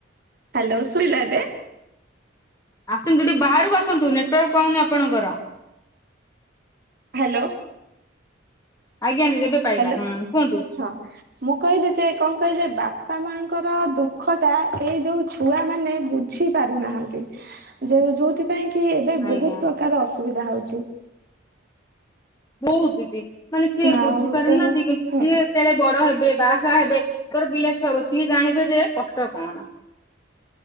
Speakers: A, on the right; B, on the left.
A: ହାଲୋ ଶୁବିଲା ଏବେ
B: ଆସନ୍ତୁ ଟିକେ ବାହାରକୁ ଆସନ୍ତୁ ନେଟୱାର୍କ ପାଉନି ଆପଣଙ୍କର
A: ହାଲୋ।
B: ଆଜ୍ଞା ଦିଦି ଏବେ ପାଇଲା
A: ହାଲୋ
B: ହଁ କୁହନ୍ତୁ।
A: ହଁ ମୁଁ କହିଲି ଯେ କଣ କହିଲେ ବାପ ବାପା ମାଆଙ୍କର ଦୁଃଖ ଟା ଏଇ ଯୋଉ ଛୁଆ ମାନେ ବୁଝି ପାରୁନାହାନ୍ତି ଯେଉ ଯୋଉଥିପାଇଁ କି ଏବେ
B: ଆଜ୍ଞା
A: ବହୁତ ପ୍ରକାର ଅସୁବିଧା ହୋଉଚି।
B: ବହୁତ ଦିଦି ମାନେ ସିଏ
A: ଆଉ
B: ବୁଝିପାରୁନାହାନ୍ତି
A: ତେଣୁ
B: କିନ୍ତୁ ସିଏ
A: ହୁଁ
B: ଯେତେଳେ ବଡ ହେବ ସେ ବାହାସାହା ହେବେ ତାଙ୍କର ପିଲା ଛୁଆ ହେବେ ସିଏ ଜାଣିବେ ଯେ କଷ୍ଟ କଣ?